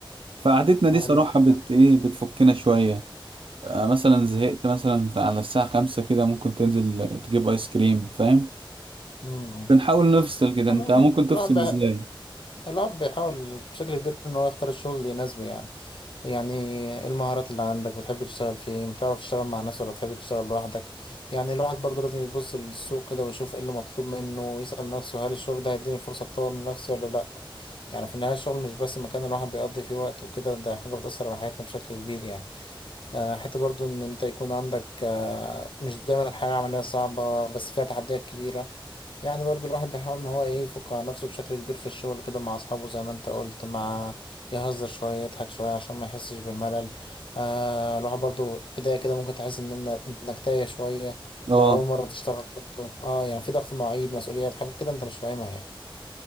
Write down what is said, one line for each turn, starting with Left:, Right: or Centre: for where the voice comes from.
Right: فقعدتنا دي
Left: حلو
Right: صراحة بت
Left: ده
Right: ايه بتفكنا شوية آه مثلا زهقت مثلا على الساعة 5 كده ممكن تنزل تجيب ايس كريم فاهم
Left: امم
Right: بنحاول نفصل كده
Left: انا
Right: انت ممكن
Left: الواحد
Right: تفصل
Left: بي-
Right: ازاي
Left: الواحد بيحاول بشكل كبير ان هو يختار الشغل اللي يناسبه يعني يعني إيه المهارات اللي عندك بتحب تشتغل فين بتعرف تشتغل مع ناس ولا بتحب تشتغل لوحدك يعني الواحد برضه لازم يبص للسوق كده ويشوف ايه اللي مطلوب منه ويسأل نفسه هل الشغل ده هيديني فرصة اتطور من نفسي ولا لا يعني في النهاية الشغل مش بس مكان الواحد بيقضي فيه وقت وكده ده حاجة بتأثر على حياتنا بشكل كبير يعني آه، حتى برضو إن أنت يكون عندك آه، مش دايما الحياة العملية صعبة بس فيها تحديات كبيرة يعني برضو الواحد بيحاول إن هو إيه يفك على نفسه بشكل كبير في الشغل كده مع أصحابه زي ما أنت قلت مع يهزر شوية يضحك شوية عشان ما يحسش بالملل آه الواحد برضو بداية كده ممكن تحس إن إن- إنك تايه شوية
Right: اه
Left: لو أول مرة تشتغل برضو أه يعني في ضغط مواعيد مسؤوليات حاجات كده أنت مش فاهمها يعني